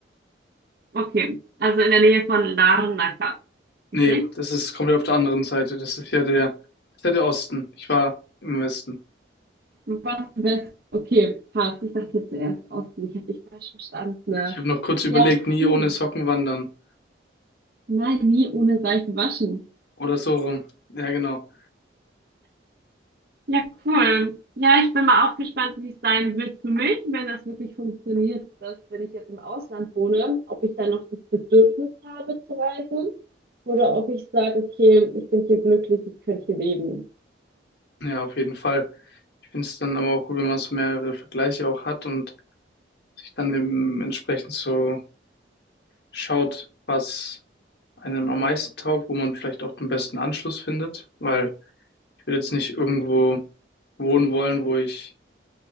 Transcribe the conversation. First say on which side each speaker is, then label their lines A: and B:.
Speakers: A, on the right; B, on the left.
A: Okay, also in der Nähe von Larnaca.
B: Nee,
A: Richtig?
B: das ist komplett auf der anderen Seite. Das ist ja der, das ist ja der Osten. Ich war im Westen.
A: Was West? Okay, passt. Ich dachte jetzt zuerst Osten. Ich habe dich falsch verstanden.
B: Ich habe noch kurz überlegt,
A: Ja,
B: nie
A: cool.
B: ohne Socken wandern.
A: Nein, nie ohne Seife waschen.
B: Oder so rum. Ja, genau.
A: Ja, cool. Ja, ich bin mal auch gespannt, wie es sein wird für mich, wenn das wirklich funktioniert, dass, wenn ich jetzt im Ausland wohne, ob ich dann noch das Bedürfnis habe zu reisen oder ob ich sage, okay, ich bin hier glücklich, ich könnte hier leben.
B: Ja, auf jeden Fall. Ich finde es dann aber auch gut, wenn man so mehrere Vergleiche auch hat und sich dann eben entsprechend so schaut, was einem am meisten taugt, wo man vielleicht auch den besten Anschluss findet. Weil ich will jetzt nicht irgendwo wohnen wollen, wo ich